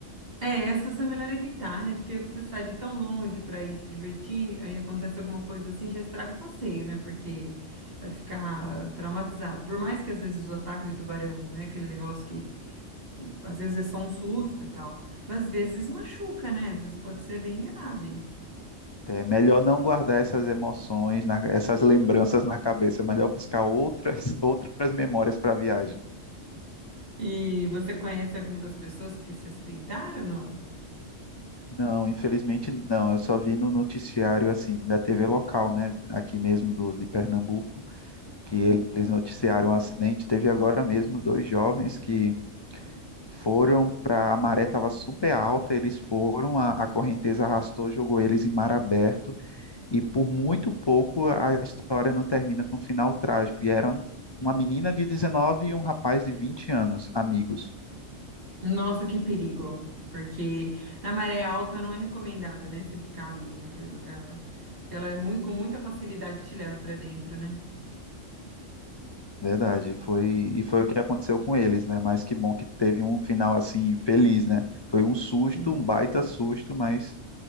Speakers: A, on the right (about 45°); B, on the left (about 40°).
A: É, essas é melhor evitar, né? Porque você sai de tão longe para ir se divertir, aí acontece alguma coisa assim, já estraga o passeio, né? Porque vai ficar traumatizado. Por mais que às vezes o ataque de tubarão não é aquele negócio que às vezes é só um susto e tal, mas às vezes machuca, né? Às vezes pode ser bem grave.
B: É melhor não guardar essas emoções, na- essas lembranças na cabeça. É melhor buscar outras, <laughs> outras memórias para a viagem.
A: E você conhece alguma das pessoas que se acidentaram, não?
B: Não, infelizmente não. Eu só vi no noticiário assim da TV local, né, aqui mesmo do, de Pernambuco, que eles noticiaram um acidente. Teve agora mesmo dois jovens que foram para a maré estava super alta, eles foram, a, a correnteza arrastou, jogou eles em mar aberto e por muito pouco a história não termina com um final trágico. E eram uma menina de 19 e um rapaz de 20 anos, amigos.
A: Nossa, que perigo. Porque na maré alta não é recomendado, né? Você ficar ali naquele lugar. Porque ela é muito, com muita facilidade te leva pra dentro, né?
B: Verdade, foi e foi o que aconteceu com eles, né? Mas que bom que teve um final assim feliz, né? Foi um susto,
A: Sim.
B: um baita susto, mas